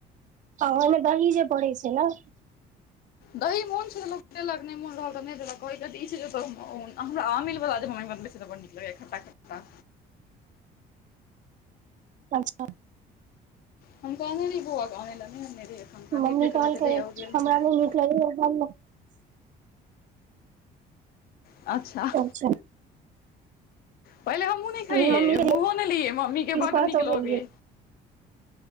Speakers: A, on the right; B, on the left.
A: आ ओय में दही जे पड़ै छै न।
B: दही मोन छै तऽ लोक देलक नै मोन रहल तऽ नै देलक, कहै के अर्थ इ छै जे ओतऽ ओ हमरा आमील वला जे मम्मी बनबै छै तऽ बड़ नीक रहै खट्टा-खट्टा।
A: अच्छा।
B: हम कहने रहियै बौआ के अनै लै, नै अनने रही एखन नहि
A: मम्मी
B: भेटल
A: कहलकै
B: हेतै जहिया ओ गेल
A: हमरा
B: हेतै
A: नै नीक लगैये, हम नै
B: अच्छा।
A: अच्छा।
B: पहिले हमहूँ नै खैइये,
A: मम्मी
B: मुँहो नै लियै, मम्मी के बड
A: कहतौ
B: नीक लगै।